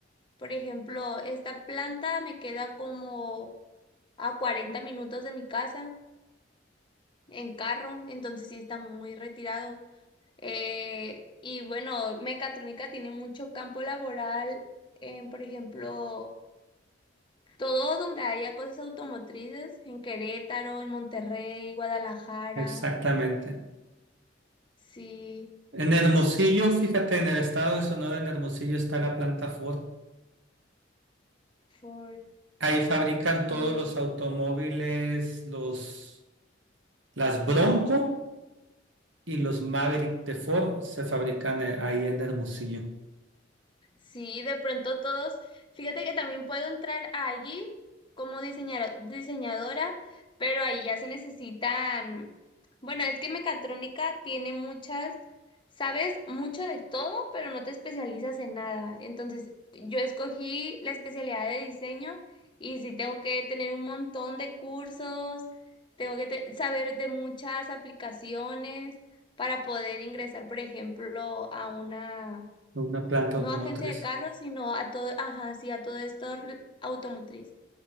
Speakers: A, on the left (about 25°); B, on the right (about 75°).
A: Por ejemplo, esta planta me queda como a 40 minutos de mi casa. en carro, entonces sí está muy retirado. Eh, y bueno, mecatrónica tiene mucho campo laboral, en, por ejemplo, todo donde haya cosas automotrices, en Querétaro, en Monterrey, Guadalajara,
B: Exactamente.
A: sí,
B: En Hermosillo,
A: sí,
B: fíjate, en el estado de Sonora, en Hermosillo está la planta Ford.
A: Ford,
B: Ahí fabrican todos
A: sí.
B: los automóviles, los, las Bronco y los Maverick de Ford se fabrican eh, ahí en Hermosillo,
A: Sí, de pronto todos, fíjate que también puedo entrar allí como diseñar- diseñadora, pero ahí ya se necesitan, bueno, es que mecatrónica tiene muchas, sabes mucho de todo, pero no te especializas en nada. Entonces, yo escogí la especialidad de diseño y sí tengo que tener un montón de cursos, tengo que te- saber de muchas aplicaciones para poder ingresar, por ejemplo, a una
B: una planta
A: no
B: automotriz.
A: agencia de carros, sino a todo, ajá, sí, a todo esto re- automotriz.